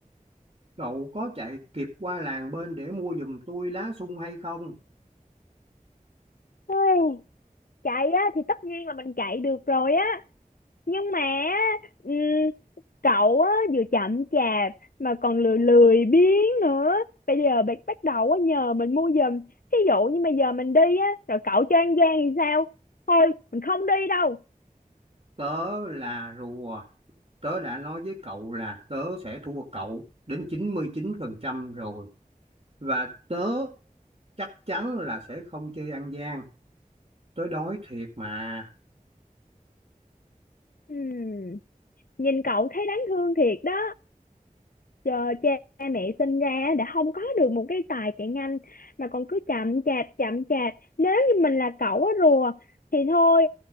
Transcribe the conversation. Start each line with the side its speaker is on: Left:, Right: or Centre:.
Right: cậu có chạy kịp qua làng bên để mua giùm tôi lá sung hay không
Left: Ôi, chạy á thì tất nhiên là mình chạy được rồi á nhưng mà ừm, cậu á, vừa chậm chạp mà còn lười lười biếng nữa bây giờ bạn bắt đầu á, nhờ mình mua giùm thí dụ như mà giờ mình đi á rồi cậu cho ăn gian thì sao thôi mình không đi đâu
Right: tớ là rùa tớ đã nói với cậu là tớ sẽ thua cậu đến chín chín mươi chín phần trăm rồi và tớ chắc chắn là sẽ không chơi ăn gian tớ đói thiệt mà
Left: Ừm, nhìn cậu thấy đáng thương thiệt đó giờ cha mẹ sinh ra á, đã không có được một cái tài chạy nhanh mà còn cứ chậm chạp chậm chạp nếu như mình là cậu á rùa thì thôi